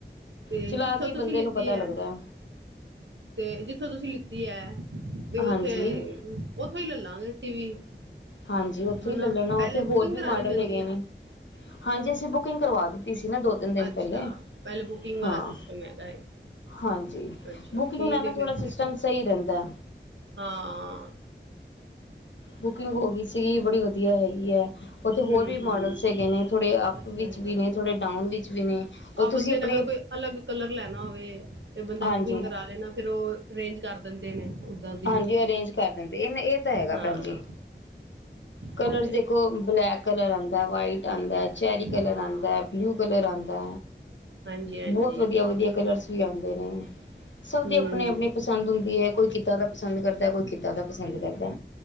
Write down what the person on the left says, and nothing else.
ਚਲਾ
ਕੇ ਹੀ
ਬੰਦੇ
ਨੂੰ ਪਤਾ
ਲੱਗਦਾ
ਹਾਂਜੀ
ਹਾਂਜੀ ਔਥੋਂ
ਈ ਲੇ ਲੈਣਾ
ਔਥੇ
ਹੋਰ ਵੀ
ਮਾਡਲ
ਹੈਗੇ
ਨੇ। ਹਾਂਜੀ ਅਸੀ ਬੁਕਿੰਗ ਕਰਵਾ ਦਿੱਤੀ ਸੀ। ਨਾ ਦੋ ਤਿੰਨ ਦਿਨ
ਪਹਿਲੇ
ਹਾਂ
ਹਾਂਜੀ,
ਬੁਕਿੰਗ
ਦਾ ਨਾ
ਥੋੜਾ
ਸਿਸਟਮ
ਸਹੀ ਰਹਿੰਦਾ।
ਬੁਕਿੰਗ ਹੋਗੀ ਸੀਗੀ ਬੜੀ ਵਧੀਆ ਹੈਗੀ ਐ। ਔਥੇ
ਹੋਰ ਵੀ ਮੋਡਲਸ
ਹੈਗੇ ਨੇ ਥੋੜੇ ਅਪ
ਵਿਚ
ਵੀ ਨੇ ਥੋੜੇ ਡਾਊਨ ਵਿੱਚ ਵੀ ਨੇ ਓ
ਤੁਸੀ
ਅਪਣੇ
ਹਾਂਜੀ
ਹਾਂਜੀ ਅਰੇਂਜ ਕਰ ਦਿੰਦੇ। ਏਨ ਏਹ ਤਾਂ ਹੈਗਾ
ਭੈਣ ਜੀ। ਕਲਰਸ
ਦੇਖੋ
ਬਲੈਕ ਕਲਰ ਆਂਦਾ ਵਾਈਟ ਆਂਦਾ ਐ। ਚੈਰੀ
ਕਲਰ
ਆਂਦਾ ਬਲੂ ਕਲਰ ਆਂਦਾ।
ਬੋਤ ਵਧੀਆ ਵਧੀਆ ਕਲਰਸ ਵੀ ਆਂਦੇ ਨੇ। ਸਭ
ਦੀ ਅਪਣੀ ਅਪਣੀ ਪਸੰਦ ਹੁੰਦੀ ਐ ਕੋਈ ਕਿੱਦਾਂ ਦ ਕੋਈ ਕਿੱਦਾਂ ਦਾ ਪਸੰਦ ਕ ਦਾ।